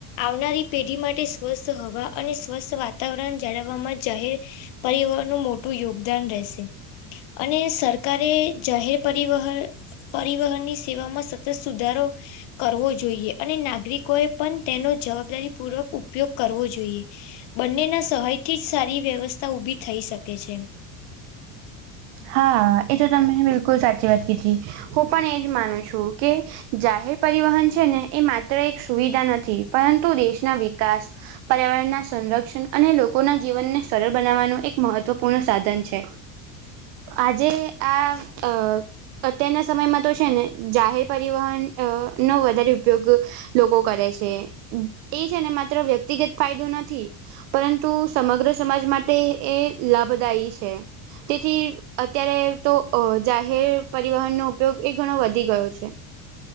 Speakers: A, on the left (about 65°); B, on the right (about 70°).
A: આવનારી પેઢી માટે સ્વસ્થ હવા અને સ્વસ્થ વાતાવરણ જાળવવામાં જાહેર પરિવહનનું મોટું યોગદાન રહેશે અને સરકારે જાહેર પરિવહન પરિવહનની સેવામાં સતત સુધારો કરવો જોઈએ અને નાગરિકોએ પણ તેનો જવાબદારી પૂર્વક ઉપયોગ કરવો જોઈએ. બંનેના સહાય થી જ સારી વ્યવસ્થા ઉભી થઈ શકે છે.
B: હા, એ તો તમને બિલકુલ સાચી વાત કીધી હું પણ એજ માનું છું. કે જાહેર પરિવહન છે ને એ માત્ર એક સુવિધા નથી પરંતુ દેશના વિકાસ પર્યાવરણના સંરક્ષણ અને લોકોના જીવનને સરળ બનાવવાનું એક મહત્વપૂર્ણ સાધન છે. આજે આ અ અત્યારના સમયમાં તો છે ને જાહેર પરિવહન અ નો વધારે ઉપયોગ લોકો કરે છે ઈ છે ને માત્ર વ્યક્તિગત ફાયદો નથી. પરંતુ સમગ્ર સમાજ માટે એ લાભદાયી છે. તેથી અત્યારે તો જાહેર પરિવહનનો ઉપયોગ એ ઘણો વધી ગયો છે.